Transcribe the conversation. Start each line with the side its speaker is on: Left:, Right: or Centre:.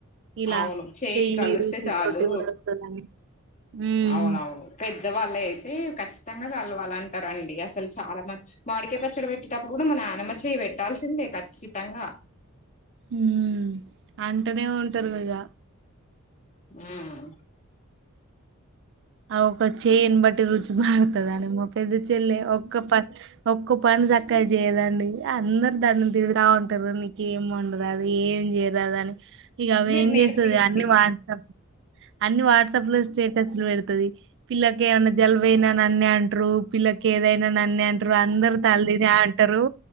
Right: ఇలా
Left: అవును చెయి
Right: చెయ్యి
Left: కలిస్తే
Right: రుచి
Left: చాలు
Right: తోటి కూడా వస్తదని మ్మ్
Left: అవునువును పెటి పెద్దవాళ్లే అయితే ఖచ్చితంగా కలవాలి అంటారండి అసలు చాలా మంది మాడికాయ పచ్చడి పెట్టేటప్పుడు కూడా మా నాన్నమ్మ చేయి పెట్టాల్సిందే ఖచ్చితంగా
Right: హ్మ్ అంటనే ఉంటారు ఈగ
Left: హ్మ్
Right: ఒక చెయ్ని బట్టి రుచి మార్తదా ని పెద్ద చెల్లె ఒక్క పన్ ఒక్క పని చక్కగా చేయదండి అందరు దాన్ని తిడ్తా ఉంటరు నీకేం వండరాదు ఏం చేయరాదు అని ఇగ ఆమె
Left: మీరు
Right: ఏం
Left: నేర్పియండి
Right: చేస్తది అన్ని వాట్సాప్ అన్ని వాట్సాప్ లో స్టే టస్లు పెడ్ ది పిల్లకి ఏమ్మన్న జల్బు అయిన నన్నే అంట్రు పిల్లకి ఏదై నన్నే అంటారు అందరు తల్లి నే అంటరు